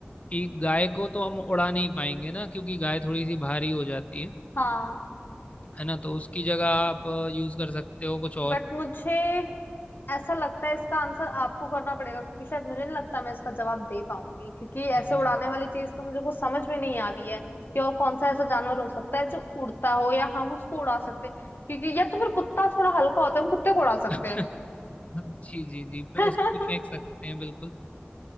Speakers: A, on the left; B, on the left.
A: कि गाय को तो हम उड़ा नहीं पाएंगे ना क्योंकि गाय थोड़ी सी भारी हो जाती है
B: हाँ
A: है ना तो उसकी जगह आप यूज कर सकते हो कुछ
B: बट
A: और
B: मुझे ऐसा लगता है इसका आंसर आपको करना पड़ेगा क्योंकि शायद मुझे नहीं लगता मैं इसका जवाब दे पाऊंगी क्योंकि ऐसे
A: जी
B: उड़ाने वाली चीज तो मुझे कुछ समझ में नहीं आ रही है कि और कौन सा ऐसा जानवर हो सकता है जो उड़ता हो या हम उसको उड़ा सकते हैं क्योंकि या तो फिर कुत्ता थोड़ा हल्का होता है हम कुत्ते को उड़ा सकते
A: <laughs>
B: हैं
A: जी जी जी
B: <laughs>
A: उसको भी फेंक सकते हैं बिल्कुल